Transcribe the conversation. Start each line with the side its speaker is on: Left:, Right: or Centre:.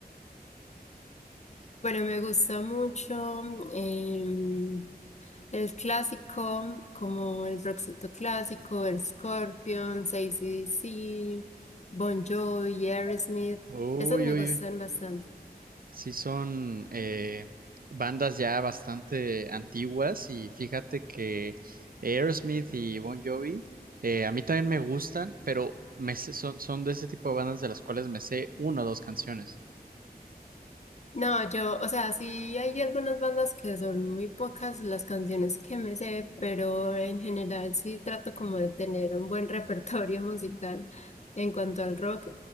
Left: Bueno, me gusta mucho em, el clásico, como el rockcito clásico, el Scorpions, AC/DC, Bon Jovi, Aerosmith.
Right: Uy,
Left: Esos me
Right: uy,
Left: gustan
Right: uy.
Left: bastante.
Right: Sí, son eh, bandas ya bastante antiguas y fíjate que Aerosmith y Bon Jovi eh, a mí también me gustan, pero me sé- son, son de ese tipo de bandas de las cuales me sé una o dos canciones.
Left: No, yo, o sea, sí hay algunas bandas que son muy pocas las canciones que me sé, pero en general sí trato como de tener un buen <laughs> repertorio musical en cuanto al rock.